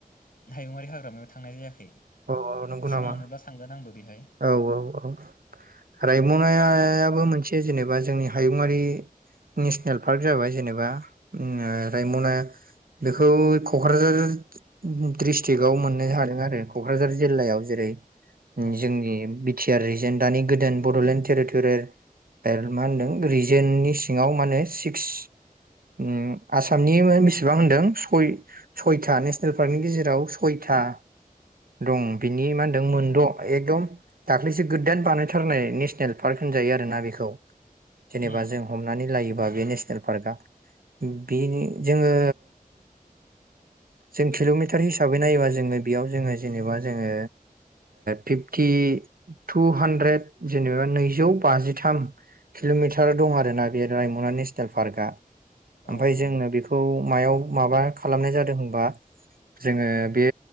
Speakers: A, on the left; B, on the right.
A: हायुङारि हाग्रामायाव थांनाय जायाखै।
B: औ औ नंगौ
A: सम
B: नामा?
A: मोनोब्ला थांगोन आंबो बेहाय
B: औ औ औ रायमनायाबो मोनसे जेनेबा जोंनि हायुङारि नेसनेल पार्क जाबाय जेनेबा ओ रायमना बेखौ क'क्राझार दिसत्रिखआव मोननो हादों आरो। क'क्राझार जिल्लायाव जेरै
A: औ
B: जोंनि बिथि आर एजेनदानि गोदान बड'लेण्ड टेरिट'रियेल ओ मा होनदों रिजोननि सिङाव मा होनो सिक्स उम आसामनि बेसेबां होनदों सय-सयथा नेसनेल पार्कनि गेजेराव सयथा दं बिनि मा होनदों मोनद' एकदम दाख्लैसो गोदान बानायथारनाय नेसनेल पार्क होनजायो आरोना बेखौ। जेनेबा
A: होम
B: जों हमनानै लायोबा बे नेसनेल पार्कआ बिनि जोंङो जों किल'मिटार हिसाबै नायोबा जोंङो बेयाव जोंङो जेनेबा जोंङो फिपटि टु हान्द्रेद जेनेबा नैजौ बाजिथाम किल'मिटार दं आरोना बे रायमना नेसनेल पार्कआ।
A: औ
B: ओमफ्राय
A: औ
B: जोंनो बेखौ मायाव माबा खालामनाय जादों होनबा जोंङो बे